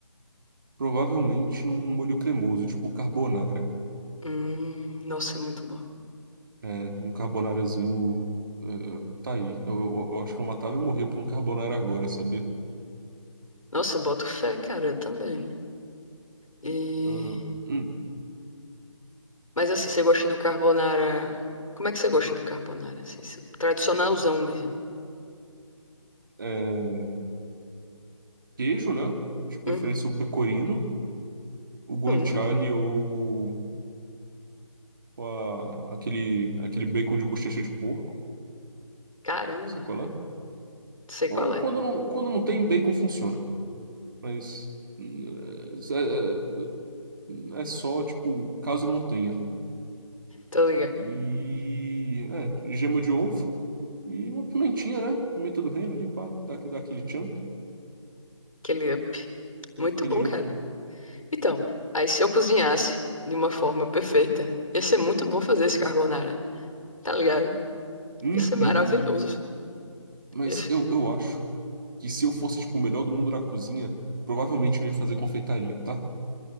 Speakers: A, on the right (about 40°); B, on the left (about 85°).
A: provavelmente num, num molho cremoso, tipo carbonara.
B: Hum, nossa, é muito bom.
A: É, um carbonarazinho. é, é, tá aí. Eu, eu- eu acho que eu matava e morria por um carbonara agora, sabia?
B: Nossa, boto fé, cara, eu também. E...
A: Ah, hum.
B: Mas assim, você gosta do carbonara... Como é que você gosta do carbonara, assim? se- Tradicionalzão mesmo.
A: É, é, queijo, né? De preferência
B: Uhum.
A: o pecorino, o guanciale
B: Hum,
A: ou ou a- aquele, aquele bacon de bochecha de porco,
B: caramba,
A: sacolé?
B: sei
A: Ou
B: qual é.
A: quando não, quando não tem, bacon funciona. Mas. hum, é, é, É só, tipo, caso não tenha.
B: Tô ligado.
A: E. É, gema de ovo e uma pimentinha, né? Pimenta do reino ali, pá, dá, dá aquele tchan,
B: Aquele up. Muito
A: aquele
B: bom, cara.
A: up.
B: Então, aí se eu cozinhasse de uma forma perfeita, ia ser muito bom fazer esse carbonara. Tá ligado?
A: Uhum.
B: Ia ser maravilhoso.
A: Mas
B: Ia-
A: eu, eu acho que se eu fosse, tipo, o melhor do mundo na cozinha, provavelmente eu ia fazer confeitaria, tá?